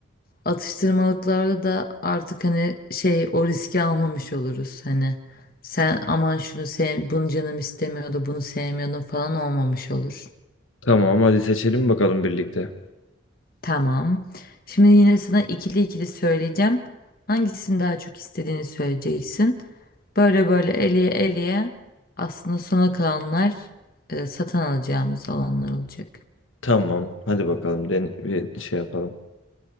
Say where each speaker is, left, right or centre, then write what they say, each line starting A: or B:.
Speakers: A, on the left (about 50°); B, on the left (about 85°).
A: Atıştırmalıklarda da artık hani şey o riski almamış oluruz. Hani sen aman şunu sev, bunu canım istemiyordu, bunu sevmiyordum falan olmamış olur.
B: Tamam hadi seçelim bakalım birlikte.
A: Tamam. Şimdi yine sana ikili ikili söyleyeceğim. Hangisini daha çok istediğini söyleyeceksin. Böyle böyle eleye eleye aslında sona kalanlar e, satın alacağımız alanlar olacak.
B: Tamam hadi bakalım den bir şey yapalım.